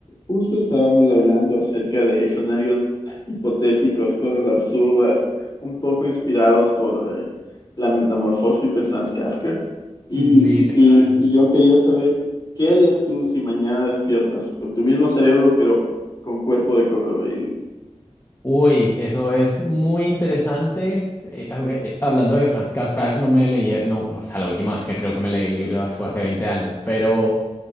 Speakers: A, on the left; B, on the left.
A: Justo estábamos hablando acerca de escenarios <laughs> hipotéticos, cosas absurdas, un poco inspirados por eh, la metamorfosis de Franz Kafka. Y,
B: Literal.
A: y- y yo quería saber, ¿qué harías tú si mañana despiertas con tu mismo cerebro, pero con cuerpo de cocodrilo?
B: Uy, eso es muy interesante. Eh, a- eh, hablando de Franz Kafka, no me leí, no, o sea, la última vez que creo que me leí el libro fue hace 20 años, pero